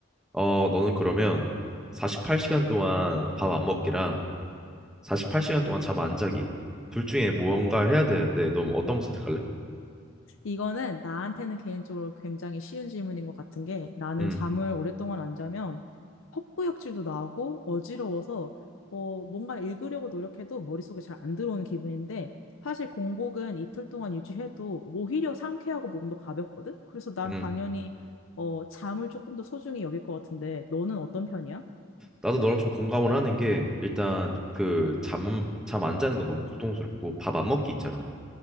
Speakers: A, in the centre; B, on the left.
A: 어, 너는 그러면 48시간 동안 밥 안 먹기랑 48시간 동안 잠 안 자기 둘 중에 뭔가를 해야 되는데 너는 어떤 거 선택할래?
B: 이거는 나한테는 개인적으로 굉장히 쉬운 질문인 것 같은 게 나는
A: 음,
B: 잠을 오랫동안 안 자면 헛구역질도 나고 어지러워서 어, 뭔가 읽으려고 노력해도 머릿속에 잘 안 들어오는 기분인데 사실 공복은 이틀 동안 유지해도 오히려 상쾌하고 몸도 가볍거든? 그래서 난
A: 음.
B: 당연히 어, 잠을 조금 더 소중히 여길 것 같은데 너는 어떤 편이야?
A: 나도 너랑 좀 공감을 하는 게 일단 그 잠 잠 안 자는 건 너무 고통스럽고 밥 안 먹기 있잖아.